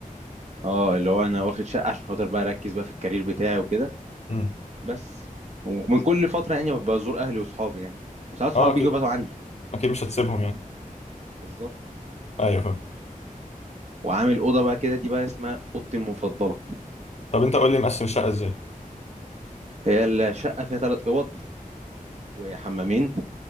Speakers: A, on the right; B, on the left.
A: اه اللي هو انا واخد شقه عشان خاطر بقى اركز بقى في الكارير بتاعي وكده
B: كده
A: بس ومن كل فتره يعني ببقى ازور اهلي واصحابي يعني وساعات صحابي
B: اه
A: بيجوا
B: اكيد
A: يباتوا عندي
B: اكيد مش هتسيبهم يعني
A: بالظبط
B: ايوه فاهم
A: وعامل اوضه بقى كده دي بقى اسمها اوضتي المفضله
B: طب انت قول لي مقسم الشقه ازاي
A: هي الشقه فيها ثلاث اوض وحمامين